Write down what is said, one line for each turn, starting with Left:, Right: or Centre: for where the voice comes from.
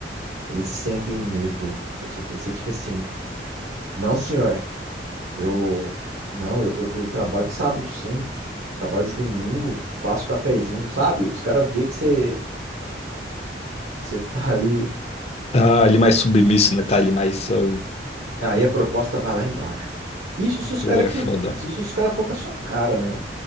Right: eles sentem o medo. Você tem, você fica assim, não, senhor, eu, não, eu, eu, eu trabalho de sábado, sim, trabalho de domingo, faço cafezinho, sabe? Os caras veem que você, que você tá ali
Left: Tá ali mais submisso, né? Tá ali mais. ah,
Right: Aí a proposta vai lá embaixo. Isso se os
Left: Pô,
Right: cara
Left: é
Right: que,
Left: foda,
Right: isso se os cara for com a sua cara, né?